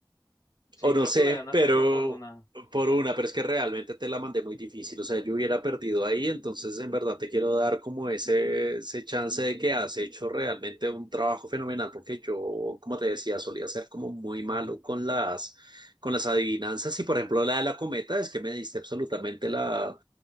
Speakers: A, on the left; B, on the right.
A: Sí,
B: O no
A: creo
B: sé,
A: que me ganaste
B: pero
A: tú por una.
B: por una, pero es que realmente te la mandé muy difícil. O sea, yo hubiera perdido ahí, entonces en verdad te quiero dar como ese, ese chance de que has hecho realmente un trabajo fenomenal, porque yo, como te decía, solía ser como muy malo con las, con las adivinanzas. Y por ejemplo, la de la cometa es que me diste absolutamente la,